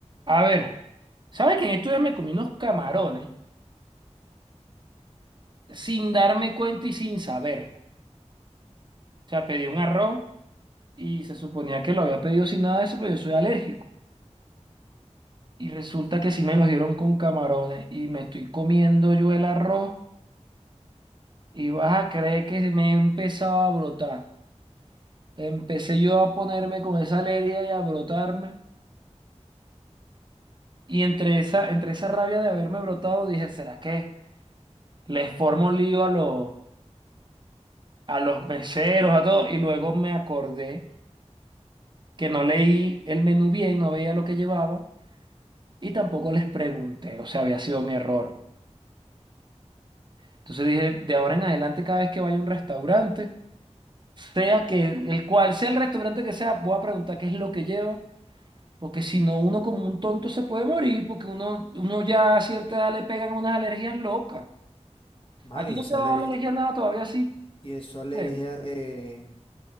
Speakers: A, on the right (about 40°); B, on the left (about 50°).
A: A ver, ¿sabes que en estos días me comí unos camarones sin darme cuenta y sin saber? O sea, pedí un arroz y se suponía que lo había pedido sin nada de eso, pero yo soy alérgico. Y resulta que sí me los dieron con camarones y me estoy comiendo yo el arroz y vas a creer que me he empezado a brotar. Empecé yo a ponerme con esa alergia y a brotarme. Y entre esa, entre esa rabia de haberme brotado dije, ¿será que les formo lío a los... a los meseros, a todo, y luego me acordé que no leí el menú bien, no veía lo que llevaba y tampoco les pregunté, o sea, había sido mi error. Entonces dije, de ahora en adelante, cada vez que vaya a un restaurante, sea que el cual sea el restaurante que sea, voy a preguntar qué es lo que lleva, porque si no, uno como un tonto se puede morir, porque uno, uno ya a cierta edad le pegan unas alergias locas.
B: Mano,
A: A ti
B: y
A: no
B: esa,
A: te ha
B: aler-
A: dado alergia a nada todavía sí,
B: y esa alergia
A: bueno,
B: de,